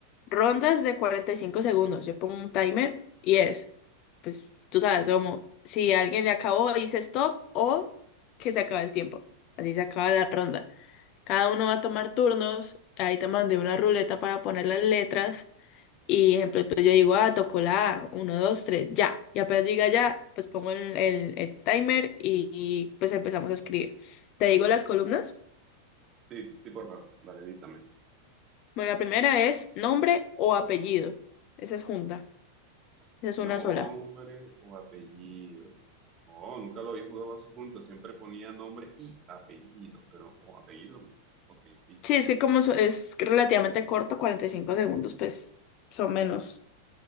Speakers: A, on the left; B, on the right.
A: rondas de 45 segundos. Yo pongo un timer y es, pues tú sabes, como si alguien le acabó, dice stop o que se acaba el tiempo. Así se acaba la ronda. Cada uno va a tomar turnos. Ahí te mandé una ruleta para poner las letras. Y ejemplo, pues yo digo, ah, tocó la A, 1, 2, 3, ya. Y apenas diga ya, pues pongo el, el- el timer y y, pues empezamos a escribir. Te digo las columnas.
B: Sí, sí, por favor, dale, díctame.
A: Bueno, la primera es nombre o apellido. Esa es junta. Esa es
B: Nombre
A: una sola.
B: o apellido. Oh, nunca lo había jugado así juntos, siempre ponía nombre y apellido, pero oh, apellido no. Ok, listo.
A: Sí, es que como so- es relativamente corto, 45 segundos, pues son menos.